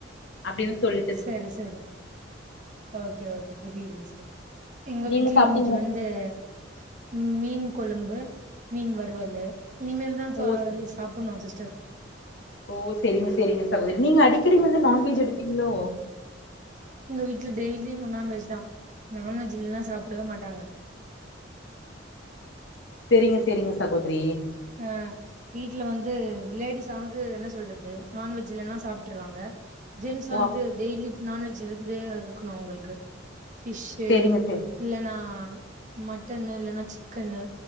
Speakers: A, on the left (about 70°); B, on the right (about 40°).
A: அப்டின்னு சொல்
B: சரி சரி ஓகே ஓகே புரிது சிஸ்டர் எங்க
A: நீங்க
B: வீட்ல
A: சாப்ட்டீங்களா
B: இன்னைக்கி வந்து ம் மீன் கொழும்பு மீன் வருவலு இனிமேல்தா
A: ஓ
B: சாப்ணும் சிஸ்டர்
A: ஓ சேரிங்க சேரிங்க சகோதரி நீங்க அடிக்கடி வந்து நான்வெஜ் எடுப்பீங்களோ
B: எங்க வீட்ல டெய்லியு நான்வெஜ் தா நான்வெஜ் இல்லன்னா சாப்டவே மாட்டாங்க
A: சேரிங்க சேரிங்க சகோதரி
B: ஆ வீட்ல வந்து லேடீஸ் ஆவது என்ன சொல்றது நான்வெஜ் இல்லனா சாப்ட்டுருவாங்க ஜென்ஸ்
A: ஓ
B: வந்து
A: அப்
B: டெய்லி நான்வெஜ் இருந்து இருக்கணு அவுங்களுக்கு ஃபிஷ்ஷு
A: செரிங்க செரி
B: இல்லன்னா மட்டன்னு இல்லன்னா சிக்கன்னு